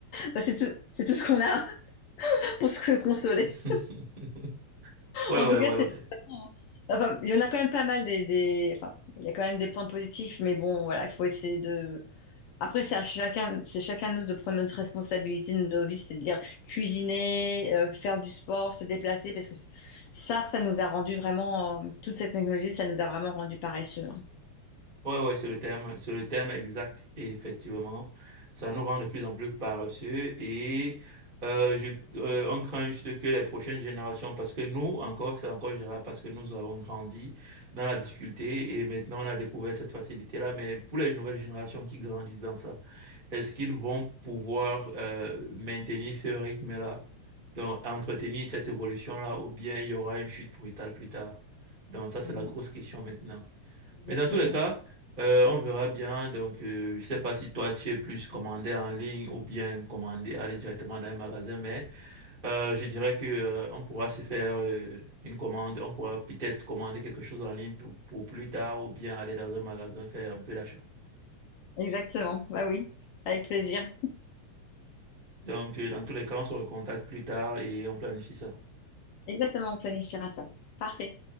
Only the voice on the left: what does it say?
Bah, c'est tout, c'est tout ce qu'on a. <laughs> pour se consoler.
En
tout cas,
c'est...
Enfin, il y en a quand même pas mal des, des- Enfin, il y a quand même des points positifs, mais bon, voilà, il faut essayer de... Après, c'est à chacun, c'est chacun de nous de prendre notre responsabilité de nos vies, c'est-à-dire cuisiner, euh, faire du sport, se déplacer, parce que c- ça, ça nous a rendu vraiment... euh, toute cette technologie, ça nous a vraiment rendu paresseux. hein.
Mm,
Exactement.
Exactement, bah oui, avec plaisir.
Exactement, on planifiera ça. Parfait.